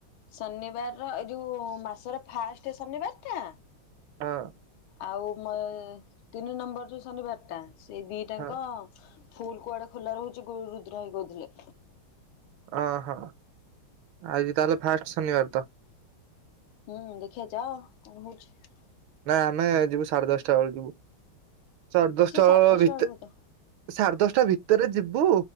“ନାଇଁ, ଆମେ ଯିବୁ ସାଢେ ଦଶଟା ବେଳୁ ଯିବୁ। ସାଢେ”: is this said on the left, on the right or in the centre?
Right